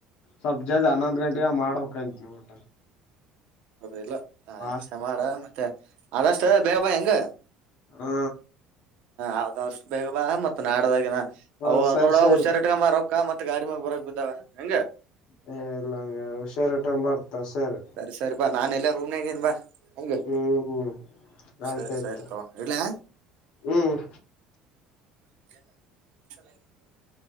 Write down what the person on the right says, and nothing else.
ಹ್ಮ್
ಇಲ್ಲ
ಅಷ್ಟ ಮಾಡ ಮತ್ತೆ ಅದಷ್ಟ ಬೇಗ ಬಾ ಹಂಗ
ಆದಷ್ಟ ಬೇಗ ಬಾ ಮತ್ ನಾಡದಾಗಿನ
ಅ
ನೋಡ
ಹುಷಾರಾಗಿಟ್ಟಕ ರೋಕ್ಕ ಮತ್ತ ಗಾಡಿ ಮಾಗ ಬರಕ್ ಬಿದ್ದಾವ ಹೆಂಗ
ಸರಿ ಸರಿ ಬಾ ನಾನ ಎಲ್ಲ ರೂಮ್ನಗೇನ್ ಬಾ ಹೆಂಗ
ಸರಿ ಸರಿ ತಗೋ ಇಡ್ಲಾ
<unintelligible>